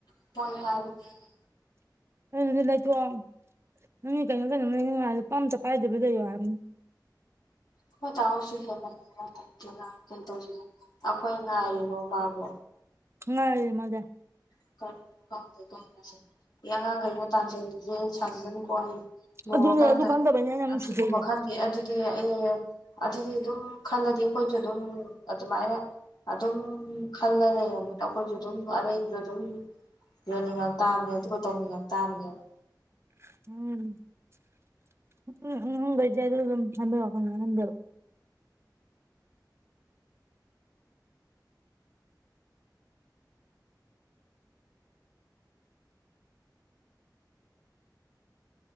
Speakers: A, on the left (about 65°); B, on the right (about 35°).
A: <unintelligible>
B: ꯅꯪꯗꯤ ꯂꯩꯊꯣꯛꯑꯣ ꯅꯪꯒꯤ ꯀꯩꯅꯣ ꯀꯩꯅꯣ ꯂꯩꯅꯤꯡꯉꯥꯏ ꯂꯨꯄꯥ ꯑꯝꯇ ꯄꯥꯏꯗꯕꯤꯗ ꯂꯩꯌꯣ ꯍꯥꯏꯕꯅꯤ
A: ꯑꯈꯣꯏ ꯗꯥ ꯍꯣꯏꯁꯨ ꯂꯩꯇꯅ ꯀꯩꯇꯧꯁꯤꯒꯦ ꯑꯩꯈꯣꯏ ꯉꯥꯏꯔꯤꯅꯣ ꯃꯥꯕꯨ
B: ꯉꯥꯢꯔꯤ ꯃꯥꯜꯂꯦ
A: <unintelligible> ꯂꯨꯍꯣꯡꯉꯥꯀꯥꯟꯗ
B: ꯑꯗꯨꯅꯦ ꯑꯗꯨ ꯈꯪꯗꯕꯩꯅꯦ ꯑꯩꯅ ꯌꯥꯝ
A: ꯑꯗꯨꯒꯨꯝꯕ
B: ꯅꯨꯡꯁꯤꯖꯩꯁꯦ
A: ꯈꯔꯥ ꯑꯦ ꯑꯗꯨꯗꯤ ꯑꯩ ꯑꯗꯨꯗꯤ ꯑꯗꯨꯝ ꯈꯟꯂꯥꯗꯤ ꯑꯩꯈꯣꯏꯁꯨ ꯑꯗꯨꯝ ꯑꯗꯨꯃꯥꯏꯅ ꯑꯗꯨꯝ ꯈꯜꯂꯥ ꯂꯩꯔꯕꯅꯤꯅ ꯑꯩꯈꯣꯏꯁꯨ ꯑꯗꯨꯝ ꯑꯔꯩꯕ ꯑꯗꯨꯝ ꯌꯣꯟꯅꯤꯡꯉꯛ ꯇꯥꯕꯅꯦ ꯑꯗꯨꯒ ꯇꯧꯅꯤꯡꯉꯛ ꯇꯥꯕꯅꯦꯕ
B: <unintelligible>